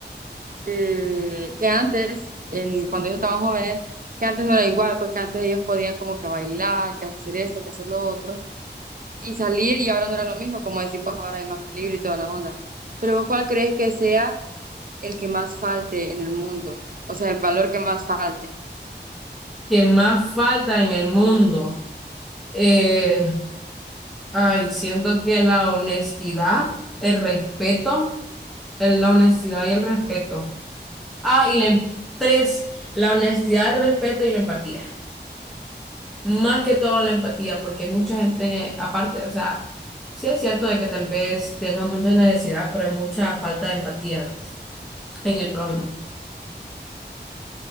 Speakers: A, on the right; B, in the centre.
A: que, que antes, en, cuando ellos estaban jóvenes, que antes no era igual, pues que antes ellos podían como que bailar, que hacer esto, que hacer lo otro, y salir, y ahora no era lo mismo, como decís vos, ahora hay más peligro y toda la onda. Pero vos, ¿cuál crees que sea el que más falte en el mundo? O sea, el valor que más falte.
B: que más falta en el mundo. Eh, ay, siento que la honestidad, el respeto, el- la honestidad y el respeto. Ah, y la em- tres, la honestidad, el respeto y la empatía. Más que todo la empatía, porque hay mucha gente, aparte, o sea, sí es cierto de que tal vez tengan mucha necesidad, pero hay mucha falta de empatía en el prójimo.